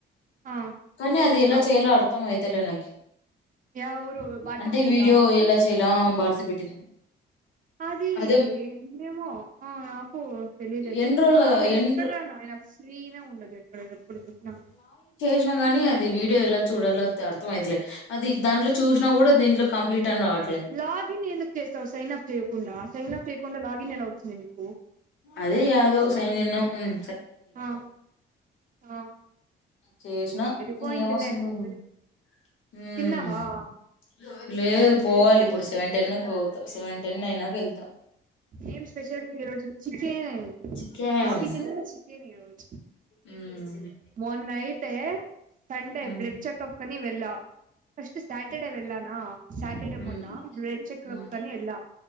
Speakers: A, on the right; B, on the left.
A: ఆ
B: కానీ
A: చేసేసినావు
B: అది ఎలా చేయలో అర్థంమయతు తెలనకి
A: యా ఊరు భారతి
B: అంటే
A: పెట్టిందా
B: వీడియో ఎలా చేయలో భారతి పెట్టింది
A: అది
B: అదే
A: ఏమో ఆ నాకు తెలిలేదు
B: ఎన్ని రోజులు
A: ఆమె
B: ఎన్ని
A: ఎక్కడ్ర నాయన ఫ్రీనే ఉండదు ఎక్కడ ఎప్పుడు చూసినా
B: సిన కాని అది వీడియో ఎలా చూడలో అర్థం అవుతలేదు అది దాంట్లో చూసినా కూడా దీంట్లో కంప్లీట్ అని రావట్లే
A: లాగిన్ ఎందుకు చేస్తావు సైనా చేకుండా సైన్ అప్ చేయకుండా లాగిన్ ఎలా నీకు
B: అదే యాదుో సైనిను హ్మ్మ్
A: ఆ ఆ
B: చేసినా
A: సరిపోయిందిలే
B: ఏమ వస్తుంది
A: అందరి
B: ఉహ్మ్మ్
A: తిన్నావా
B: లే లేదు పోవాలి ఇప్పుడు సెవెన్ టెన్ పో సెవెన్ టెన్ అయినక వెళ్తు
A: ఏం స్పెషల్ ఈ రోజు చికెన్
B: చికెన్
A: మాబీజ చికెన్ ఈ రోజు
B: ఉమ్
A: మొన్నై తే సండే
B: ఉమ్
A: బ్లడ్ చెకప్ కనీ వె అలా ఫస్ట్ సాటర్డే వెళ్ళానా సాటర్డే
B: ఉమ్
A: మొన్న బ్లెడ్ చెకప్
B: ఉమ్
A: కని వెళ్ళ